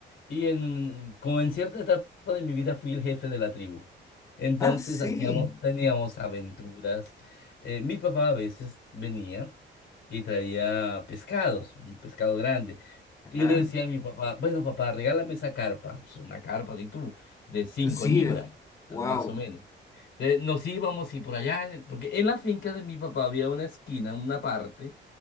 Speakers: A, on the left (about 65°); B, on the left (about 15°).
A: y en, como en cierta etapa de mi vida fui el jefe de la tribu. Entonces
B: Ah, sí.
A: hacíamos, teníamos aventuras. Eh, mi papá a veces venía y traía pescados, un pescado grande.
B: Ajá.
A: Y yo le decía a mi papá, bueno, papá, regálame esa carpa, pues, una carpa de tú, de cinco
B: Sí,
A: libras,
B: wow.
A: ah, más o menos. Entonces, nos íbamos y por allá, en- porque en la finca de mi papá había una esquina, una parte,